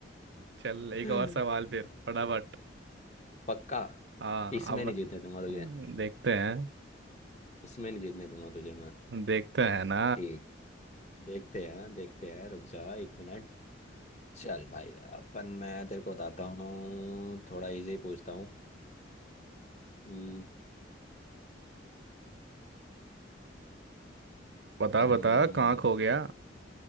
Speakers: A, on the right (about 65°); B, on the left (about 35°).
A: चल एक
B: <laughs>
A: और सवाल फिर फटाफट
B: पक्का
A: हाँ
B: इसमें
A: अब
B: नहीं जीतने दूंगा
A: हाँ,
B: तुझे
A: देखते हैं
B: उसमें नहीं जीतने दूंगा तुझे मैं
A: देखते हैं ना
B: ठीक देखते हैं देखते हैं रुक जा एक मिनट चल भाई अपन मैं तेरे को बताता हूँ थोड़ा इजी पूछता हूँ हम्म,
A: बता
B: हम्म,
A: बता कहाँ खो गया